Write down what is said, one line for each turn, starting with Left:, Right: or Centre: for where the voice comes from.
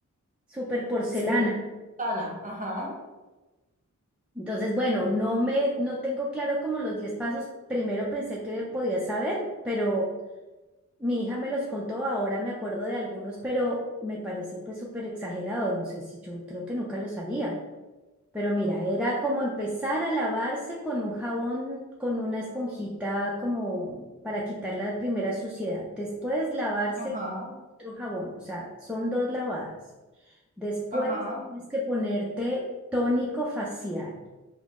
Centre: súper porcelana.
Right: sí. Sana, ajá,
Centre: Entonces, bueno, no me, no tengo claro como los 10 pasos. Primero pensé que podía saber, pero mi hija me los contó, ahora me acuerdo de algunos, pero me parece pues súper exagerado. No sé si yo creo que nunca los haría. Pero mira, era como empezar a lavarse con un jabón, con una esponjita como para quitar la primera suciedad. Después lavarse
Right: ajá,
Centre: con otro jabón, o sea, son dos lavadas. Después
Right: ajá,
Centre: tienes que ponerte tónico facial.